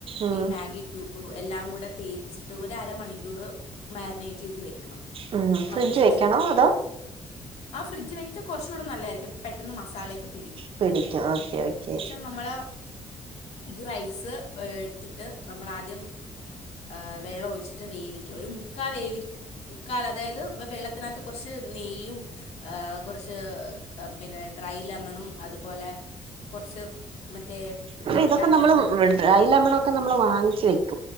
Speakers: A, on the right; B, on the left.
A: ഉം
B: ഈ മാഗി ക്യൂബും എല്ലാം കൂടെ തേച്ചിട്ട് ഒരരമണിക്കൂറ് മാഗ്നേയ്റ്റെയ്ത് വെക്കണം
A: ഉം ഫ്രിഡ്ജ്
B: അതിനുശേഷം
A: വെക്കണോ അതോ
B: ആ ഫ്രിഡ് വെച്ചാ കൊർച്ചൂടെ നല്ലയ്രിക്കും പെട്ടെന്ന് മസാലയെക്കെ
A: പിടിക്കാ ഓക്കെ ഓക്കേ
B: നമ്മൾ ഈ റൈസ് എട്ത്തിട്ട് നമ്മളാദ്യം ഏ വെള്ള ഒഴ്ച്ചിട്ട് വേവിക്ക ഒര് മുക്കാ വേവി മുക്കാല് അതായത് വെ വെള്ളത്തിനകത്ത് കൊർച്ച് നെയ്യും ഏ കുറച്ച് പിന്നെ ഡ്രൈ ലെമണും അത്പോലെ കൊർച്ച് മറ്റേ
A: അപ്പ
B: പട്ട
A: ഇതൊക്കെ നമ്മള്
B: ഗ്രാമ്പൂ
A: ഡ്രൈ ലമണൊക്കെ നമ്മള് വാങ്ങിച്ച് വെ